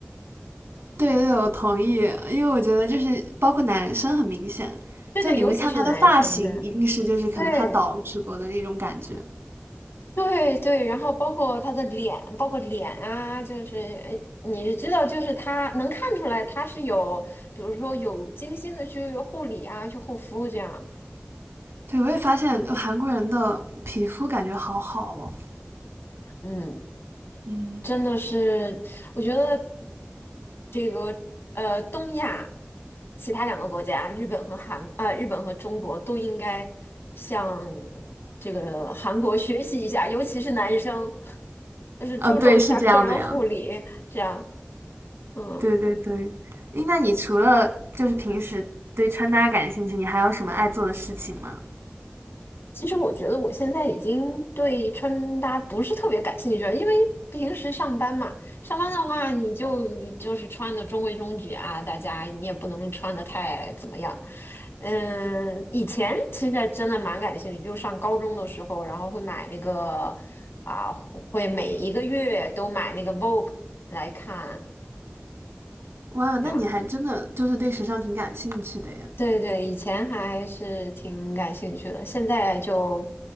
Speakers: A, on the right; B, on the left.
A: 对对，我同意，因为我觉得就是包括男生很明显，
B: <laughs> 对对，
A: 就你会看他的发型，
B: 尤其是男生，对
A: 一定是就是可能他捯直播的那种感觉。
B: 对。对对，然后包括他的脸，包括脸啊，就是呃你是知道，就是他能看出来他是有，比如说有精心的去护理啊，去护肤这样，
A: 对，我也发现韩国人的皮肤感觉好好哦。
B: 嗯，
A: 嗯
B: 真的是，我觉得这个呃东亚其他两个国家，日本和韩啊、日本和中国都应该向这个韩国学习一下，尤其是男生，就是注重一下个人护理，
A: 嗯，对，是这样的呀。
B: 这样，嗯。
A: 对对对，诶那你除了就是平时对穿搭感兴趣，你还有什么爱做的事情吗？
B: 其实我觉得我现在已经对穿搭不是特别感兴趣了，因为平时上班嘛，上班的话你就就是穿的中规中矩啊，大家你也不能穿的太怎么样。嗯，以前其实真的蛮感兴趣，就上高中的时候，然后会买那个啊，会每一个月都买那个 Vogue 来看。
A: 哇，那你还真的就是对时尚挺感兴趣的耶。
B: 这样。对对，以前还是挺感兴趣的，现在就，